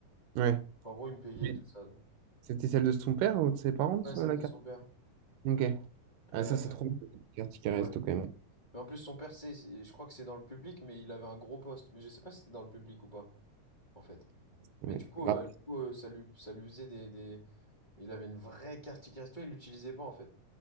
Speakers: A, on the right; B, on the left.
A: Ouais.
B: En gros, il me payait
A: Mais
B: tout ça.
A: C'était celle de son père ou de ses parents,
B: Pas
A: ça,
B: celle
A: la
B: de
A: carte?
B: son père.
A: Ok. Ah,
B: Et
A: ça,
B: euh,
A: c'est trop bien, la carte qui resto
B: ouais.
A: quand même.
B: Mais en plus, son père, c'est, c'est- je crois que c'est dans le public, mais il avait un gros poste. Mais je sais pas si c'était dans le public ou pas, en fait.
A: Ouais.
B: Mais du coup,
A: Bah,
B: euh, du coup euh, ça lui, ça lui faisait des, des- Il avait une vraie carte ticket resto, il l'utilisait pas en fait.